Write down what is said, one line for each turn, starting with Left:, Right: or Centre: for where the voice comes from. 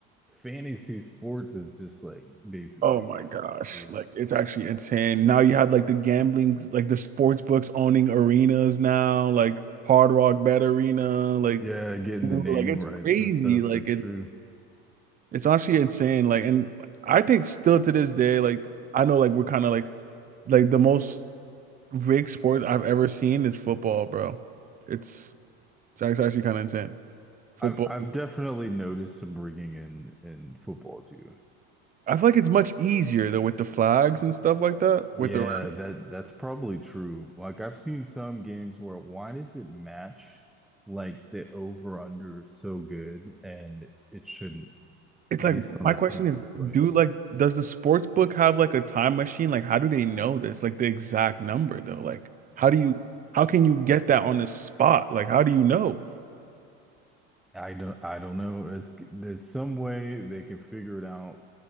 Centre: fantasy sports is just like basically
Right: Oh my
Centre: gambling
Right: gosh.
Centre: too.
Right: Like it's actually insane. Now you have like the gambling, like the sports books owning arenas now, like Hard Rock Bet Arena, like
Centre: Yeah, getting
Right: dude,
Centre: the naming
Right: like it's
Centre: rights
Right: crazy.
Centre: and stuff.
Right: Like
Centre: That's
Right: it
Centre: true.
Right: it's actually insane. Like and I think still to this day, like I know like we're kind of like like the most rigged sport I've ever seen is football, bro. It's it's actually kind of insane. Football
Centre: I've I've
Right: is-
Centre: definitely noticed some rigging in in football too.
Right: I feel like it's much easier though with the flags and stuff like that,
Centre: Yeah,
Right: with the
Centre: that that's probably true. Like I've seen some games where why does it match like the over under so good and it shouldn't
Right: It's
Centre: based
Right: like
Centre: on
Right: my
Centre: the
Right: question
Centre: teams
Right: is,
Centre: that are playing.
Right: do like does the sports book have like a time machine? Like how do they know this? Like the exact number though? Like how do you how can you get that on the spot? Like how do you know?
Centre: I don't I don't know. There's there's some way they can figure it out